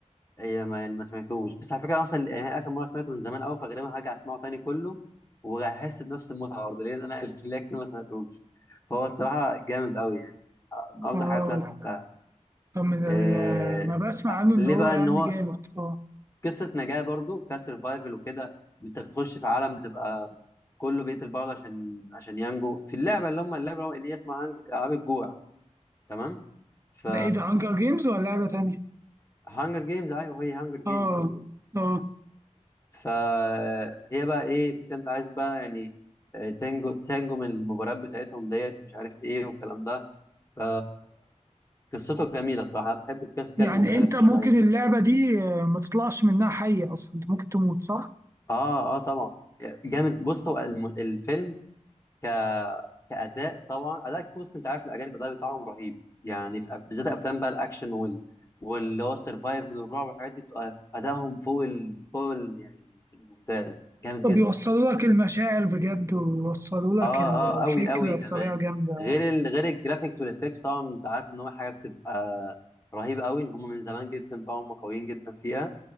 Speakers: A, on the left (about 25°); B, on the right (about 25°).
A: هي ما يعني ما سمعتوش بس على فكره اصلا يعني اخر مره سمعته من زمان قوي فغالبا هرجع اسمعه تاني كله وهحس بنفس المتعه برضه لان انا <laughs> ليا كتير ما سمعتوش فهو الصراحه جامد قوي يعني من افضل
B: اه
A: الحاجات اللي انا سمعتها
B: طب من ال-
A: إيه...
B: آه، ما بسمع عنه ان
A: ليه
B: هو
A: بقى
B: يعني
A: ان هو
B: جامد اه
A: قصه نجاه برضه فيها سرفايفل وكده انت بتخش في عالم بتبقى كله بيقتل بعض عشان عشان ينجو في اللعبه اللي هم اللعبه اللي هي اسمها هنج... العاب الجوع تمام ف
B: ده ايه ده هانجر جيمز ولا لعبة تانية
A: هانجر جيمز ايوه هي هانجر جيمز
B: اه اه
A: فهي بقى ايه فكرة انت عايز بقى يعني آه، تنجو تنجو من المباريات بتاعتهم ديت ومش عارف ايه والكلام ده ف قصته جميلة صراحة انا بحب القصص كده
B: يعني
A: المختلفة
B: انت ممكن
A: شوية دي.
B: اللعبة دي آه، ما تطلعش منها حية اصلا انت ممكن تموت صح؟
A: اه اه طبعا جامد بص هو الم- الفيلم ك كأداء طبعا أداء كيك بص انت عارف الأجانب الأداء بتاعهم رهيب يعني في بالذات أفلام بقى الأكشن وال واللي هو السرفايفل والرعب والحاجات دي بتبقى أدائهم فوق ال... فوق ال... يعني الممتاز جامد
B: طب
A: جدا
B: يوصلوا لك المشاعر بجد ويوصلوا
A: اه
B: لك ال-
A: اه
B: الفكرة
A: قوي قوي
B: بطريقة
A: كمان
B: جامدة
A: غير ال... غير الجرافيكس والافكتس طبعا انت عارف ان هو حاجه بتبقى رهيبه قوي ان هم من زمان جدا طبعا هم قويين جدا فيها